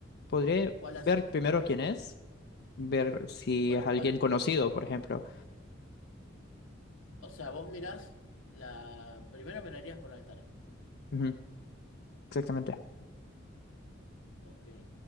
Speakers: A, on the left (about 55°); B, on the left (about 80°).
A: podría
B: ¿Cuál
A: ver
B: haces?
A: primero quién es, ver si
B: Bueno,
A: es alguien
B: para.
A: conocido, por ejemplo.
B: O sea, vos mirás la. Primero mirarías por la ventana.
A: Ujú, Exactamente.
B: Ok.